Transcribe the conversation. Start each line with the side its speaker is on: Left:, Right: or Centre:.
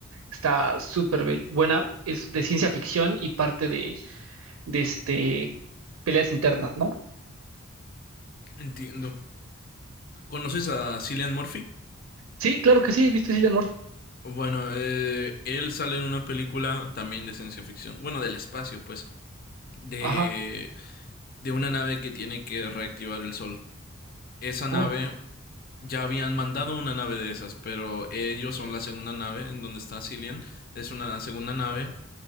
Right: Está súper be- buena, es de ciencia ficción y parte de, de este, peleas internas, ¿no?
Left: Entiendo. ¿Conoces a Cillian Murphy?
Right: Sí, claro que sí, ¿viste Cillian Murphy?
Left: Bueno, eh, él sale en una película también de ciencia ficción. Bueno, del espacio, pues. De
Right: Ajá.
Left: de una nave que tiene que reactivar el sol. Esa nave
Right: Oh,
Left: ya habían mandado una nave de esas, pero ellos son la segunda nave en donde está Cillian. Es una segunda nave